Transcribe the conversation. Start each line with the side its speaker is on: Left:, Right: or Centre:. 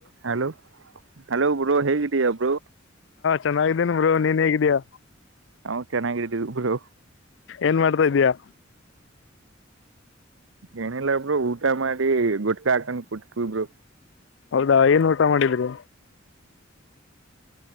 Right: Hello hello ಗುರು ಹೇಗಿ ದಿಯಾ ಬ್ರೋ.
Left: ಚೆನ್ನಾಗಿದೆನಿ ಬ್ರೋ ನೀನ್ ಹೇಗಿದೀಯಾ.
Right: ನಾವು ಚೆನ್ನಾಗಿದ್ದೇವಿ ಬ್ರೋ.
Left: ಏನ್ ಮಾಡ್ತಾಯಿದಿಯಾ?
Right: ಏನಿಲ್ಲ ಬ್ರೋ ಊಟ ಮಾಡಿ ಗುಟ್ಕಾ ಹಾಕೊಂಡ್ ಕುಂತೀವಿ ಬ್ರೋ.
Left: ಹೌದಾ ಏನ್ ಊಟ ಮಾಡಿದ್ರಿ.